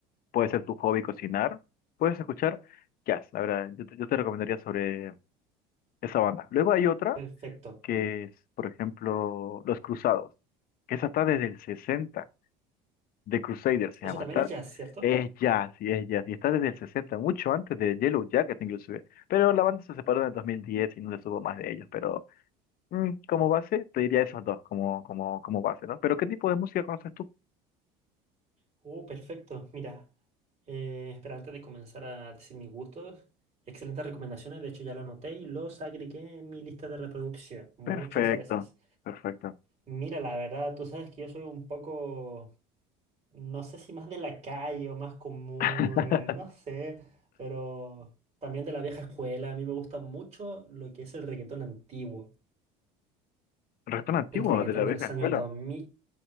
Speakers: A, on the left (about 50°); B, on the right (about 35°).
A: puede ser tu hobby cocinar, puedes escuchar jazz. La verdad, yo te, yo te recomendaría sobre esa banda. Luego hay otra
B: Perfecto.
A: que es, por ejemplo, Los Cruzados, que esa está desde el 60, The Crusaders se
B: Eso
A: llama,
B: también
A: está,
B: es jazz, ¿cierto?
A: es jazz y es jazz, y está desde el 60, mucho antes de Yellow Jacket inclusive, pero la banda se separó en el 2010 y no se supo más de ellos, pero mm, como base te diría esos dos como, como, como base, ¿no? Pero ¿qué tipo de música conoces tú?
B: Uh, perfecto. Mira, eh, espera, antes de comenzar a decir mis gustos, excelentes recomendaciones. De hecho, ya lo anoté y los agregué en mi lista de reproducción. Muchas
A: Perfecto,
B: gracias.
A: perfecto.
B: Mira, la verdad, tú sabes que yo soy un poco, no sé si más de la calle o más común,
A: <laughs>
B: no sé, pero también de la vieja escuela. A mí me gusta mucho lo que es el reggaetón antiguo,
A: Reggaetón antiguo
B: el reggaetón
A: de la vieja
B: de los
A: escuela.
B: años dos mil